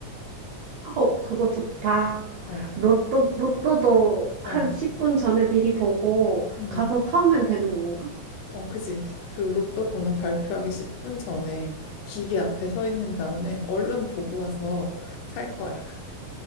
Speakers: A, on the right; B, on the left.
A: 어 그거 좋다.
B: 어.
A: 로또 로또도 한
B: 어.
A: 10분 전에 미리 보고
B: 음,
A: 가서 사오면 되는 건가?
B: 어, 그지. 그 로또 번호 발표하기 10분 전에 기계 앞에 서 있는 다음에 얼른 보고 와서 살 거야.